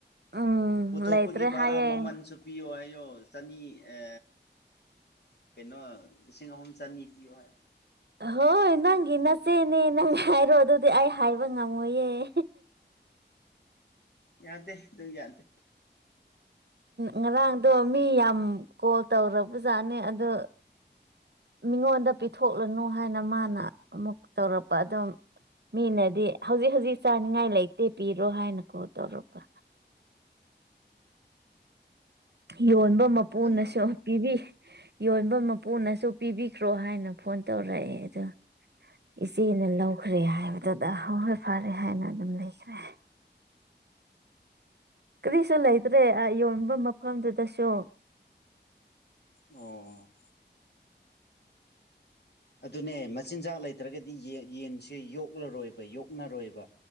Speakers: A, on the right; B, on the left.
A: ꯎꯝ
B: ꯄꯨꯊꯣꯛꯄꯒꯤ
A: ꯂꯩꯇ꯭ꯔꯦ
B: ꯚꯔꯥ
A: ꯍꯥꯏꯌꯦ
B: ꯃꯃꯜꯁꯨ ꯄꯤꯌꯣ ꯍꯥꯏꯌꯣ ꯆꯅꯤ ꯑ ꯀꯩꯅꯣ ꯂꯤꯁꯤꯡ ꯑꯍꯨꯝ ꯆꯅꯤ ꯄꯤꯌꯣ ꯍꯥꯏ
A: ꯍꯣꯏ ꯅꯪꯒꯤ ꯅꯆꯦꯅꯦ ꯅꯪ ꯍꯥꯏꯔꯣ ꯑꯗꯨꯗꯤ ꯑꯩ ꯍꯥꯏꯕ ꯉꯝꯃꯣꯏꯌꯦꯦ
B: ꯌꯥꯗꯦ ꯑꯗꯨ ꯌꯥꯗꯦ
A: ꯉꯔꯥꯡꯗꯣ ꯃꯤ ꯌꯥꯝ ꯀꯣꯜ ꯇꯧꯔꯕꯖꯥꯠꯅꯤ ꯑꯗ ꯃꯤꯉꯣꯟꯗ ꯄꯤꯊꯣꯛꯂꯅꯨ ꯍꯥꯏꯅ ꯃꯥꯅ ꯑꯃꯨꯛ ꯇꯧꯔꯛꯄ ꯑꯗꯨꯝ ꯃꯤꯅꯗꯤ ꯍꯧꯖꯤꯛ ꯍꯧꯖꯤꯛ ꯆꯥꯅꯤꯡꯉꯥꯏ ꯂꯩꯇꯦ ꯄꯤꯔꯣ ꯍꯥꯏꯅ ꯀꯣꯜ ꯇꯧꯔꯛꯄ ꯌꯣꯟꯕ ꯃꯄꯨꯅꯁꯨ
B: ꯀꯅꯥ
A: ꯄꯤꯕꯤ ꯌꯣꯟꯕ ꯃꯄꯨꯅꯁꯨ ꯄꯤꯕꯤꯈ꯭ꯔꯣ ꯍꯥꯏꯅ ꯐꯣꯟ ꯇꯧꯔꯛꯑꯦ ꯑꯗꯣ ꯏꯆꯦꯅ ꯂꯧꯈ꯭ꯔꯦ ꯍꯥꯏꯕꯗꯨꯗ ꯍꯣꯏ ꯍꯣꯏ ꯐꯔꯦ ꯍꯥꯏꯅ ꯑꯗꯨꯝ ꯂꯩꯈ꯭ꯔꯦ ꯀꯔꯤꯁꯨ ꯂꯩꯇ꯭ꯔꯦ ꯌꯣꯟꯕ ꯃꯐꯝꯗꯨꯗꯁꯨ
B: ꯑꯣ ꯑꯗꯨꯅꯦ ꯃꯆꯤꯟꯖꯥꯛ ꯂꯩꯇ꯭ꯔꯒꯗꯤ ꯌꯦꯟꯁꯦ ꯌꯣꯛꯂꯔꯣꯏꯕ ꯌꯣꯛꯅꯔꯣꯏꯕ